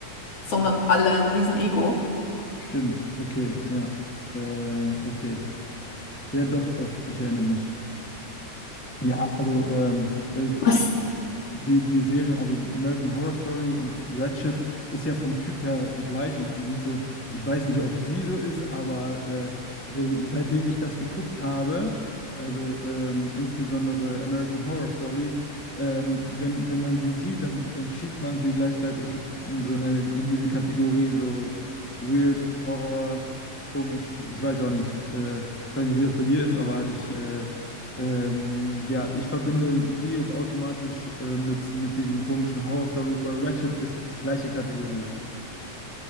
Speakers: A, on the left (about 50°); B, in the centre.
A: sondern
B: so.
A: alle ein Riesen-Ego.
B: Stimmt, okay, ja. Äh, okay. Ja, doch, doch, ich erinnere mich. Ja, also ähm, äh,
A: Was?
B: die, die Serien, also American Horror Story und Ratched, ist ja vom Typ her gleich und die sind so, ich weiß nicht, ob sie so ist, aber äh, so seitdem ich das geguckt habe, also ähm, insbesondere American Horror Story, ähm, wenn, wenn man sie sieht, dann, dann schiebt man sie gleichzeitig in so eine, in diese Kategorie, so weird, Horror, komisch, ich weiß auch nicht. Äh, ich weiß nicht, wie das bei dir ist, aber ich äh, ähm, ja, ich verbinde sie jetzt automatisch äh, mit, mit diesen komischen Horror-Stories, weil Ratched ist gleiche Kategorie.